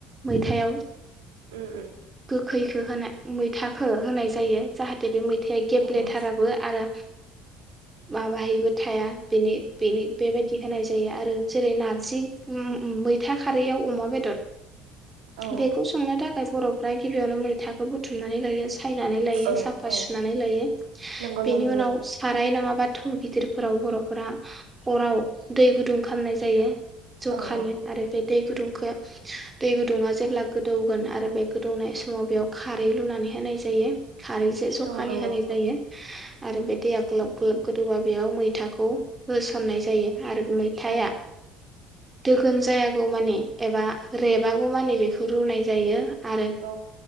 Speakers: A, on the right (about 20°); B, on the right (about 75°).
A: मैथायाव
B: उम उम
A: गोग खैखो होना मैथाखो होनाय जायो जाहाथे बे मै थाया गेब्लेथाराबो
B: औ औ
A: आरो माबाहैब बो थाया बेनि बेनि बेबायदि होनाय जायो आरो जेरै नारजि उम उम मैथा खारैयाव अमा बेदर
B: औ
A: बेखौ सोंनो थाखाय बर'फ्रा गिबियावनो मैथाखौ बुथुमनानै लायो सायनानै लायो
B: औ
A: साफा
B: औ
A: सुनानै लायो
B: नंगौ
A: बेनि
B: नोंथां
A: उनाव
B: नंगौ
A: साराय नङाबा थौ गिदिरफोराव बर'फोरा अराव दै गुदुं खामनाय जायो। जखानि
B: औ औ
A: आरो बे दै गुदुंखो दै गुदुङा जेब्ला गोदौगोन आरो बे गोदौनाय समाव बेयाव खारै लुनानै होनाय जायो। खारैसे जखालि
B: औ नंगौ
A: होनाय जायो।
B: औ
A: आरो बे दैया ग्लाब ग्लब गोदौबा बेयाव मैथाखौ होस सननाय जायो। आरोथ मैथाया
B: औ
A: दोगोन जायागौ मानि एबा रेबागौ मानि बेखौ रुनाय जायो। आरो
B: औ